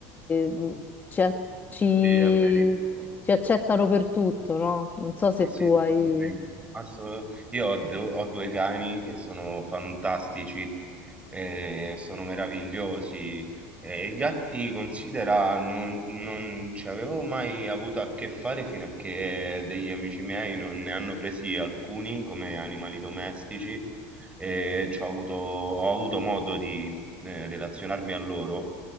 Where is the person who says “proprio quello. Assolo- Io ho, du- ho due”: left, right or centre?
Right